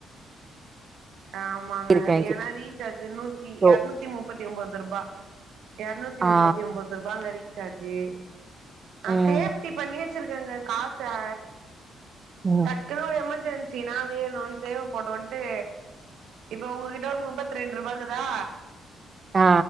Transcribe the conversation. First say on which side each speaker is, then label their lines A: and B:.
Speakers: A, on the right; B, on the right.
A: ஆமாங்க
B: இருக்கு
A: அது
B: என்கிட்ட
A: ஏன்னா ரீசார்ஜு நூத்தி
B: சோ
A: யர்நூத்தி முப்பத்தி ஒம்போத் ருபா யர்நூத்தி
B: ஆ
A: முப்பத்தி ஒம்போத் ரூபாங்க ரீசார்ஜு ஆ
B: ம்
A: சேஃப்டி பண்ணீ வெச்சிருக்குங்க காசா
B: உம்
A: டக்குன்னு ஒரு எமெர்ஜென்சி நா வேணுன் தேவப்படுன்ட்டு இப்ப உங்ககிட்ட ஒரு முப்பத்தி ரெண்டு ருபா இக்குதா
B: ஆ